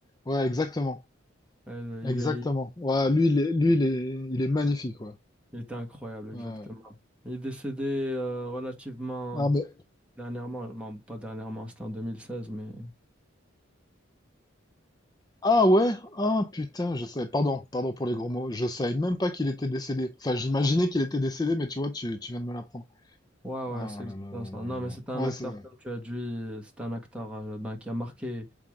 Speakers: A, on the left; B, in the centre.
A: Ouais, exactement.
B: Euh,
A: Exactement.
B: il est,
A: Ouais, lui, il est, lui, il est, il est magnifique, ouais.
B: il était incroyable, exactement.
A: Ouais.
B: Il est décédé euh, relativement.
A: Ah, mais,
B: Dernièrement, non, pas dernièrement, c'était en 2016, mais
A: ah ouais? Ah, putain, je savais, pardon, pardon pour les gros mots. Je savais même pas qu'il était décédé. Enfin, j'imaginais qu'il était décédé, mais tu vois, tu, tu viens de me l'apprendre.
B: ouais,
A: Ah,
B: ouais, c'est exactement
A: là, là, là,
B: ça.
A: là,
B: Non,
A: là.
B: mais c'était
A: là.
B: un
A: Ouais,
B: acteur,
A: c'est,
B: comme tu as dit, c'était un acteur euh, ben, qui a marqué,